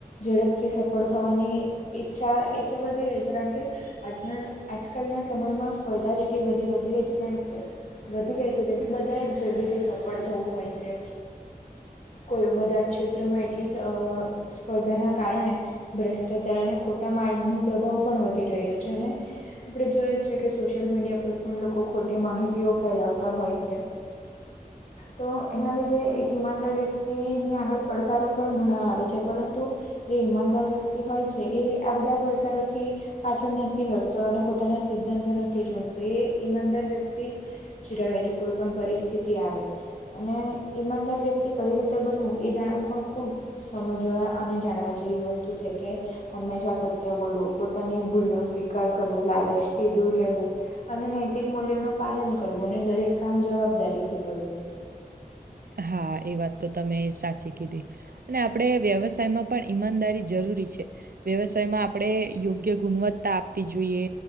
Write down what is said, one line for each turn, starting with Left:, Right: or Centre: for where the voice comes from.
Left: ઝડપથી સફળ થવાની ઈચ્છા એટલે વધી રહી છે, કારણ કે આજના આજકાલના સમયમાં સ્પર્ધા જેટલી બધી વ ધી ગઈ છે, કારણ કે વધી ગઈ છે, તેથી બધા જ જલ્દીથી સફળ થવું હોય છે. કોઈ બધા જ ક્ષેત્રમાં એટલી અ સ્પર્ધાના કારણે ભ્રષ્ટાચારને ખોટા મા નો પ્રભાવ પણ વધી રહ્યો છે, અને આપણે જોઈએ છે, કે સોશિયલ મીડિયા પર પણ લોકો ખોટી માહિતીઓ ફેલાવતા હોય છે. તો એના લીધે એક ઇમાનદાર વ્યક્તિની આગળ પડકારો પણ ઘણા આવે છે, પરંતુ જે ઈમાનદાર વ્યક્તિ હોય છે એ આ બધા પડકારોથી પાછળ નથી હો તો એને પોતાના સિદ્ધાંતો નથી છોડતો એ ઈમાનદાર વ્યક્તિ જ રહે છે કોઈ પણ પરિસ્થિતિ આવે અને ઈમાનદાર વ્યક્તિ કઈ રીતે એ જાણવું પણ ખૂબ સમજવા અને જાણવા જેવી વસ્તુ છે કે હંમેશા સત્ય બોલવું પોતાની ભૂલનો સ્વીકાર કરવો લાલચથી દૂર રહેવું, અને નૈતિક મૂલ્યોનું પાલન કરવું અને દરેક કામ જવાબદારીથી કરવું
Right: હા એ વાત તો તમે સાચી કીધી અને આપણે વ્યવસાયમાં પણ ઈમાનદારી જરૂરી છે વ્યવસાયમાં આપણે યોગ્ય ગુણવત્તા આપવી જોઈએ.